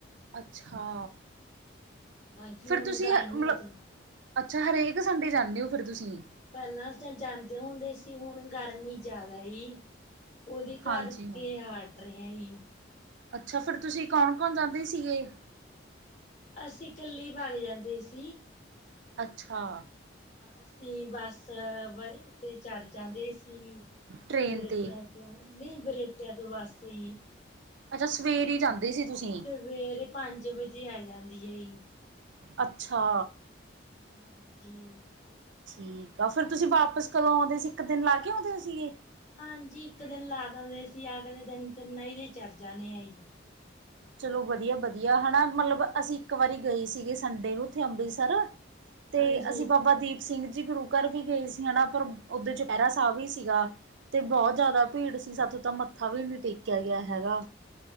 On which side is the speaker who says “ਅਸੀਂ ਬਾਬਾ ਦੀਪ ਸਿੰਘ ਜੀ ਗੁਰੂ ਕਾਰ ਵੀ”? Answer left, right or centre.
Right